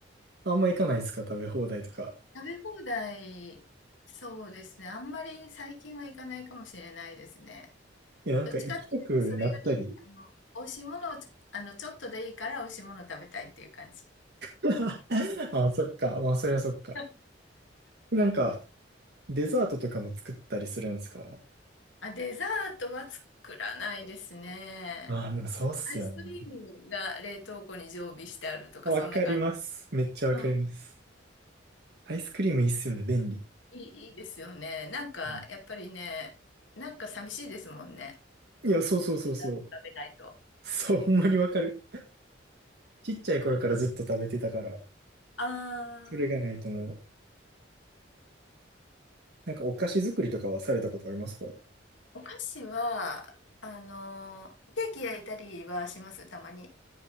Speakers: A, on the right; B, on the left.
A: あんま行かないですか食べ放題とか。
B: 食べ放題、そうですね。あんまり最近は行かないかもしれないですね。
A: いや、なんか行きたくなったり。
B: どっちかっていうと、それより、あの、美味しいものを、あの、ちょっとでいいから美味しいものを食べたいっていう感じ。
A: <laughs> ああ、そっか。まあ、そりゃそっか。
B: <laughs>
A: なんか、デザートとかも作ったりするんですか
B: あ、デザートは作らないですね。
A: ああ、でもそうっすよね。
B: アイスクリームが冷凍庫に常備してあるとか、
A: わかります。
B: そんな感じ。
A: めっちゃわかります。
B: うん、
A: アイスクリームいいっすよね、便利。
B: いい、いいですよね。なんか、
A: うん
B: やっぱりね、なんか寂しいですもんね。
A: いや、そうそうそうそう。
B: デザート食べないと。
A: そう、ほんまにわかる。ちっちゃい頃からずっと食べてたから、
B: ああ。
A: それがないともう。なんかお菓子作りとかはされたことありますか
B: お菓子は、あの、ケーキ焼いたりはします、たまに。